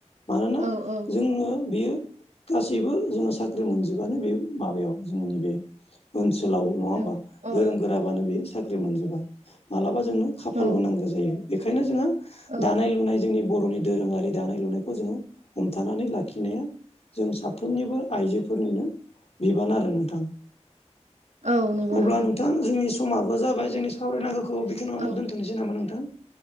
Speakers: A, on the left; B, on the right.
A: मानोना
B: औ औ
A: जोंनो बेयो गासैबो जोङो साख्रि मोनजोबानो बे माबायाव जोंनि बे ओनसोल आव नङा
B: औ
A: होमबा
B: औ
A: गोरों गोराबानो बेयो साख्रि मोनजोबा मालाबा अब्ला जोंनो खाफालबो
B: औ
A: नांगौ जायो बेखायनो जोङो
B: औ
A: दानाय लुनाय बर'नि दोरोङारि दानाय लुनायखौ जोङो हम होबथानानै लाखिनाया जों साफ्रोमनिबो आइजोफोरनिनो बिबान आरो नोंथां
B: औ नंगौ
A: अब्ला नोंथां
B: नंगौ
A: जोंनि समाबो जाबाय जोंनि सावरायनांगौखौ खौ बेखनावनो
B: औ
A: दोन्थ'नोसै नामा नोंथां